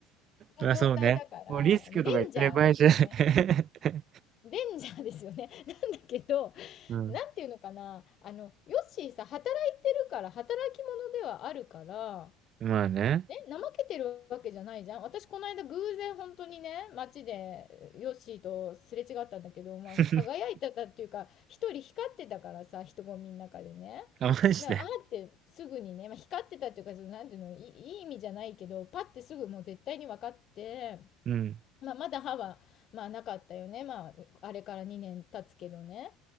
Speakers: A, on the left (about 35°); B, on the right (about 35°).
A: もう状態だから、
B: あ、そうね。もうリスクとか言ってる場合じゃない。
A: もうデンジャーですよね。
B: <laughs>
A: デンジャーですよね。<laughs> なんだけど、
B: うん。
A: なんていうのかな。あの、ヨッシーさ、働いてるから、働き者ではあるから、
B: まあね。
A: ね、怠けてるわけじゃないじゃん。私、この間偶然本当にね、街でヨッシーとすれ違ったんだけど、まあ、
B: <laughs>
A: 輝いてたっていうか、一人光ってたからさ、人混みの中でね。
B: あ、マジで。
A: だから、あーってすぐにね、まあ、光ってたっていうか、そのなんていうの、いいいい意味じゃないけど、パッてすぐもう絶対に分かって、
B: うん。
A: まあ、まだ歯は、まあ、なかったよね。まあ、あれから2年経つけどね。